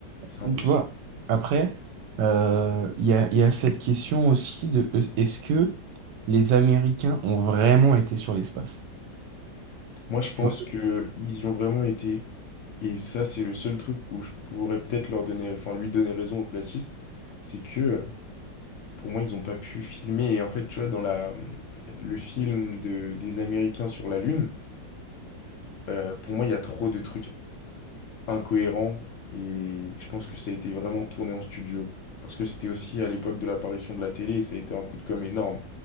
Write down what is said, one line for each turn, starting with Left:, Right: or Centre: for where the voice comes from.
Left: C'est impossible.
Right: Mhm. Tu vois, après, euh, il y a, il y a cette question aussi de euh, est-ce que les Américains ont vraiment été sur l'espace?
Left: Moi, je pense
Right: Tu vois
Left: que ils y ont vraiment été. Et ça, c'est le seul truc où je pourrais peut-être leur donner, enfin, lui donner raison aux platistes, c'est que euh, pour moi, ils n'ont pas pu filmer. Et en fait, tu vois, dans la, le film de, des Américains sur la Lune, euh, pour moi, il y a trop de trucs incohérents. Et je pense que ça a été vraiment tourné en studio. Parce que c'était aussi à l'époque de l'apparition de la télé, et ça a été un coup de com' énorme.